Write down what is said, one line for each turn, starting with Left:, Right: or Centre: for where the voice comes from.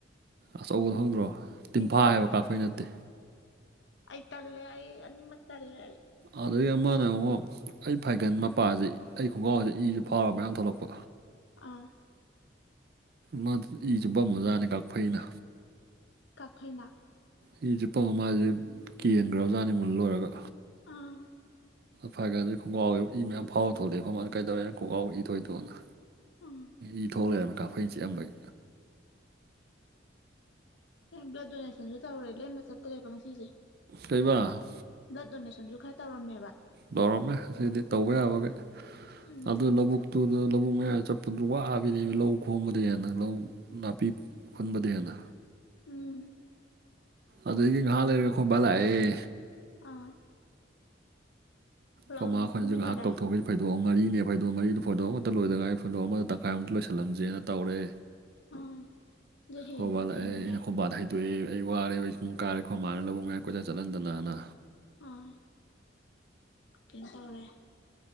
Right: ꯑꯆꯧꯕ ꯐꯪꯗ꯭ꯔꯣ ꯇꯤꯝꯐꯥ
Left: ꯇꯤꯟꯐꯥ
Right: ꯍꯥꯏꯕ
Left: ꯅꯠꯇ꯭ꯔꯣ
Right: ꯀꯥꯞꯄꯩ ꯅꯠꯇꯦ
Left: ꯑꯩ ꯇꯜꯂꯦ ꯑꯩꯅꯤꯃꯒ ꯇꯔꯂꯦꯏ
Right: ꯑꯗꯒꯤ ꯑꯃꯅ ꯑꯃꯨꯛ ꯑꯩ ꯐꯥꯏꯒꯟ ꯃꯄꯥꯁꯤ ꯑꯩ ꯈꯣꯡꯒꯥꯎꯁꯤꯗ ꯏꯁꯨ ꯐꯥꯎꯔꯒ ꯃꯌꯥꯝ ꯊꯣꯛꯂꯛꯄ
Left: ꯑꯥ
Right: ꯃꯥ ꯏ ꯆꯨꯞꯄ ꯑꯣꯖꯥꯅꯤ ꯀꯥꯐꯩꯅ
Left: ꯀꯈꯩꯅꯥ
Right: ꯑꯩ ꯆꯨꯞꯄ ꯃꯃꯥꯁꯦ ꯀꯦꯟꯈ꯭ꯔ ꯑꯣꯖꯥꯅꯤ ꯃꯨꯟ ꯂꯣꯏꯔꯒ
Left: ꯑꯥ
Right: ꯐꯔ ꯀꯥꯟꯗꯗꯤ ꯈꯣꯡꯒ꯭ꯔꯥꯎ ꯏ ꯃꯌꯥꯝ ꯐꯥꯎꯔ ꯊꯣꯛꯂꯛꯑꯦ ꯑꯩꯣꯏ ꯃꯥꯅ ꯀꯩꯗꯧꯔꯦ ꯈꯣꯡꯥꯎꯕ ꯏ ꯊꯣꯏꯗꯣꯛꯑꯅ
Left: ꯑꯥ
Right: ꯏ ꯊꯣꯛꯂꯔꯝꯃꯤ ꯀꯥꯡꯥꯈꯣꯏꯩꯅ ꯆꯤꯛꯑꯝꯕꯩ
Left: ꯎꯝ ꯕ꯭ꯂꯗ ꯗꯣꯅꯦꯁꯟꯁꯨ ꯇꯧꯔꯦ ꯂꯦꯝꯅ ꯆꯠꯇ꯭ꯔꯦꯕ ꯉꯁꯤꯁꯦ
Right: ꯇꯕ
Left: ꯕ꯭ꯂꯗ ꯗꯣꯅꯦꯁꯟꯁꯨ ꯈꯔ ꯇꯧꯔꯝꯃꯦꯕ
Right: ꯇꯧꯔꯝꯃꯦ ꯑꯁꯤꯗꯤ ꯇꯧꯕ ꯌꯥꯕꯈꯩ
Left: ꯎꯝ
Right: ꯑꯗꯨ ꯂꯧꯕꯨꯛ ꯑꯗꯨꯨꯗ ꯂꯧꯕꯨ ꯃꯌꯥ ꯆꯠꯄꯗꯨ ꯋꯥꯕꯅꯦꯕ ꯂꯧ ꯈꯣꯝꯕꯗꯅ ꯂꯧ ꯅꯥꯄꯤ ꯍꯟꯕꯗ ꯍꯅ
Left: ꯎꯝ
Right: ꯑꯗꯨꯗꯤ ꯉꯥꯏꯍꯥꯛ ꯂꯩꯔꯒ ꯈꯣꯕꯥ ꯂꯥꯛꯑꯦ
Left: ꯑꯥ ꯄꯨꯂꯞ
Right: ꯑꯩꯣꯃꯥꯈꯣꯏꯁꯨ
Left: ꯑꯃꯨꯛ ꯈꯨꯠꯃꯤꯟꯅꯔꯦ
Right: ꯉꯥꯏꯍꯥꯛ ꯇꯧꯊꯣꯛꯈꯤꯕ ꯐꯩꯗꯣ ꯃꯔꯤꯅꯦ ꯐꯩꯗꯣ ꯃꯔꯤꯗꯨ ꯐꯣꯗꯣꯛ ꯑꯃꯇ ꯂꯣꯏꯗꯅꯒ ꯑꯩ ꯐꯣꯏꯗꯣ ꯑꯃꯗ ꯇꯪꯈꯥꯏꯃꯨꯇ ꯂꯣꯏꯁꯤꯜꯂꯝꯁꯦꯅ ꯇꯧꯔꯦ
Left: ꯑꯥ ꯑꯗꯨ ꯍꯌꯦꯡ
Right: ꯀꯣꯏꯂꯩꯅ
Left: ꯆꯠꯇꯣꯏꯅꯤꯅꯦ
Right: ꯙꯩ ꯇꯨꯦ ꯑꯩ ꯋꯥꯔꯦꯕ ꯑꯩ ꯁꯨꯝ ꯀꯥꯔꯦ ꯈꯣ ꯃꯥꯅ ꯂꯧꯕ ꯉꯥꯏ ꯀꯣꯏꯆꯠ ꯆꯠꯍꯟꯗꯅꯅ
Left: ꯑꯥ ꯑ ꯇꯧꯔꯦ